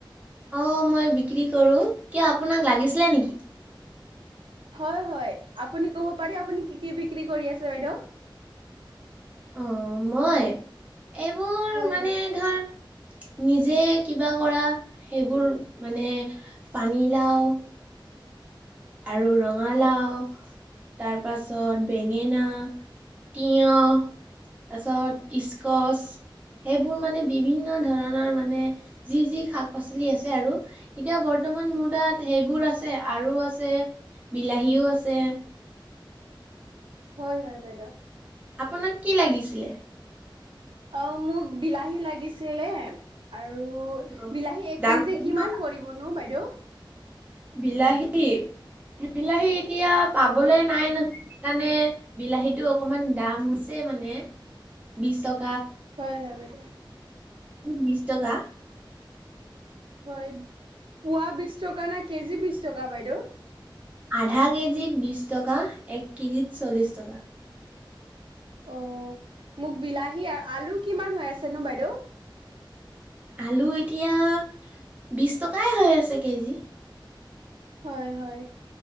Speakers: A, on the right; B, on the right.
A: অ', মই বিক্ৰী কৰো, কিয় আপোনাক লাগিছিলে নেকি?
B: হয়', হয়', আপুনি ক'ব পাৰে আপুনি‌ কি কি বিক্ৰী কৰি আছে বাইদেউ?
A: অ', মই, এইবোৰ
B: হয়
A: মানে
B: হয়।
A: ধৰ নিজে কিবা কৰা, সেইবোৰ মানে পানীলাও আৰু ৰঙালাও তাৰ পাছত বেঙেনা, তিয়ঁহ তাৰপিছত স্কচ সেইবোৰ মানে বিভিন্ন ধৰণৰ মানে যি যি শাক পাচলি আছে আৰু, এতিয়া বৰ বৰ্তমান মোৰ তাত সেইবোৰ আছে আৰু আছে বিলাহীও আছে
B: হয়', হয়', বাইদেউ
A: আপোনাক কি লাগিছিলে?
B: অ', মোক বিলাহী লাগিছিলে আৰু,
A: অ
B: বিলাহী এক
A: ডাংবডিও
B: কেজি কিমান পৰিবনো বাইদেউ?
A: বিলাহী, বিলাহী এতিয়া পাবলে
B: হয়
A: নাই ন সেইকাণে বিলাহীটো অকমান দাম হৈছে মানে, বিশ টকা
B: হয়', হয়', বাই
A: বিশ টকা।
B: হয়', পোৱা বিশ টকা নে, কেজি বিশ টকা বাইদেউ?
A: আধা কেজিত বিশ টকা, এক কেজিত চল্লিছ টকা।
B: অ' মোক বিলাহী আৰু আলু কিমান হৈ আছেনো বাইদেউ?
A: আলু এতিয়া বিশ টকাই হৈ আছে কেজি।
B: হয় হয়